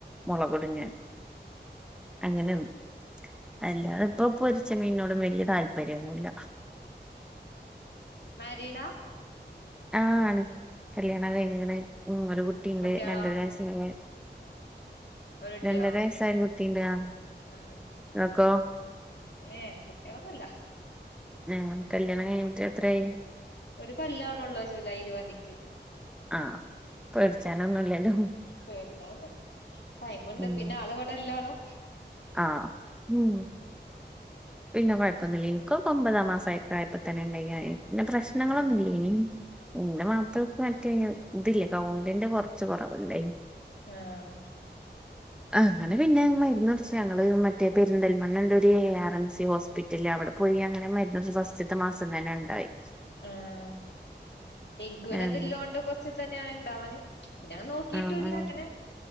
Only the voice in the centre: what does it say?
മൊളക്ടും
ഞാൻ അങ്ങനെന്നും അല്ലാതിപ്പോ പൊരിച്ച മീനോടും വല്യ താല്പര്യന്നുല്ല
ആ ആണ് കല്യാണം കയിഞ്ഞാണ് ഉം ഒരു കുട്ടിണ്ട്
രണ്ടര വയസ് കയിഞ്ഞ്
രണ്ടര വയസ്സായ കുട്ടിണ്ട് ആഹ്
ങ്ങക്കോ
ഉം കല്യാണം കഴ്ഞ്ഞിട്ടെത്രയായി
ആഹ് പേടിച്ചാനൊന്നുയില്ലഞ്ഞു
ഉം
ആഹ് ഉം പിന്ന കൊഴ്പ്പൊന്നുല്ലേ ഇൻകൊക്ക ഒമ്പതാ മാസ ആയപ്പൊഴയ്പ്പത്തന്നെ ണ്ടെയ്നി ആയെ പിന്നെ പ്രശ്നങ്ങളൊന്നു
ല്ലെയ്നി ഇന്റെ മാപ്പളക്ക്‌ മറ്റെയ്നു തില്ല കൗണ്ടിന്റെ കൊറച്ച് കൊറവുണ്ടെയ്നി
അങ്ങനെ പിന്നെ മരുന്നുടിച്ചി അങ്ങള് മറ്റേ പെരിന്തൽമണ്ണണ്ട് ഒരു എ ആറ് എൻസി ഹോസ് പിറ്റല് അവിടെ പോയി അങ്ങനെ മരുന്നുമടിച്ചു ഫസ്റ്റ്ത്ത മാസങ്ങനെണ്ടായി
ഏഹ്
ആഹ് ആഹ്